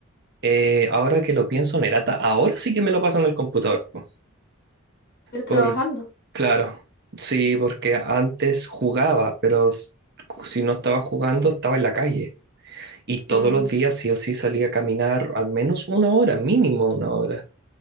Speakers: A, on the right (about 50°); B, on the left (about 45°).
A: eh, ahora que lo pienso, Nerata, ahora sí que me lo paso en el computador. po.
B: Pero trabajando.
A: Por, claro, sí, porque antes jugaba, pero s- si no estaba jugando, estaba en la calle. Y todos
B: Mm,
A: los días sí o sí salía a caminar al menos una hora, mínimo una hora.